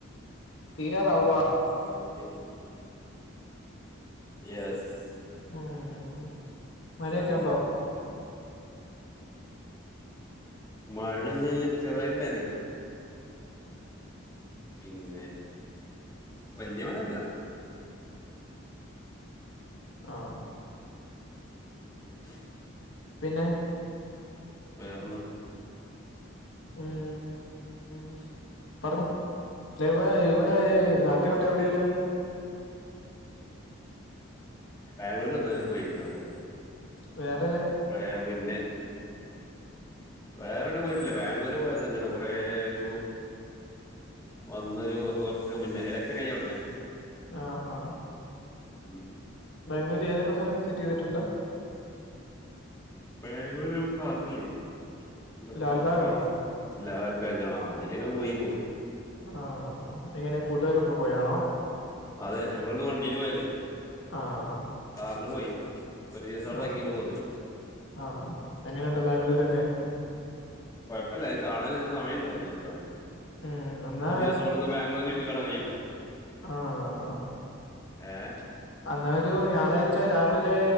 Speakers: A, on the left; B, on the left.
A: തീരാറാവുവ
B: ആഹ് അത് ശെരി യെസ്
A: ഉും ഹും മഴെക്കെ
B: വേറെന്നാ
A: ഉണ്ടോ?
B: മഴന്ന് ചെറുതായിട്ട്ണ്ടായിന്ന് പിന്നെ വല്ല്യ മഴല്ല
A: ആഹ്
B: <unintelligible>
A: പിന്നെ
B: വേറെന്താ?
A: ഉും ഉം പറഞ്ഞോ? ഇവാ ഇവിടെ നാട്ടിൽ മറ്റെവിടെലും
B: ബാംഗ്ലൂര് ഒന്ന് പോയിന്നാള്
A: വേറേ
B: കുറേ മുന്നെ വേറെവിടിം പോയിട്ടില്ല ബാംഗ്ലൂര് പോയത് തന്നെയാണ് കൊറെ ഒരു വന്നൊരൂ കൊർച്ചിസം മുന്നേ ഇലക്ഷൻ കഴിഞ്ഞ ഉടനെ
A: ആഹ് ഹാ.
B: ഉം
A: ബാംഗ്ലൂര് ഏതൊക്കെ സ്ഥലം വിസിറ്റ് ചെയ്തിട്ടുണ്ട്?
B: ബാംഗ്ലൂർ ഒരു പാർക്കല്ലേ? എന്താപ്പോ
A: ലാൽബാഗ്
B: പാർക്കിന്റെ പേര്
A: ആണോ
B: ലാൽബാഗാ അതിലങ്ങ് പോയി പോന്നു
A: ആഹ് അത്ങ്ങനെ കൂട്ടുകാരപ്പോ പോയാണോ?
B: അതെ ഞങ്ങള് ഇവിന്ന് വണ്ടിയില് പോയത്
A: ആഹ്
B: കാറില് പോയി ഒരു ദിവസം അവിടെതങ്ങിണ്ട്
A: ആഹ്
B: പോന്ന്
A: ആഹ് എങ്ങനെണ്ട് ബാംഗ്ലൂരൊക്കെ?
B: കുഴപ്പല്ല അത്കാണാന്ള്ള സമയ ഇല്ലയിൻ ഇല്ല പോയത്
A: ഉം എന്നാ
B: ഒരു ദിവസം കൊണ്ട്ന്നും ബാംഗ്ലൂര് ചുറ്റിക്കാണാൻ കയില്ല
A: ആഹ്
B: ഏഹേ
A: അന്നാ ഒരു ഞായറാഴ്ച രാവിലെ